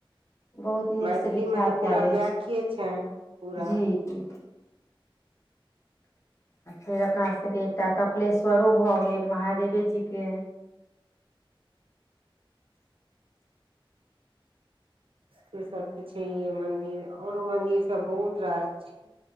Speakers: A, on the left; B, on the right.
A: बहुत नीकसँ
B: मैथिलीमे
A: विख्यात
B: तऽ पूरा
A: कयल अछि
B: व्याख्ये छनि पूरा
A: जी आ फेर अपना एकटा कपिलेश्वर स्वरो भऽ गेल महादेवे जीके
B: से सब ते छैे मंदिर औरो मंदिर सब बहुत रास छै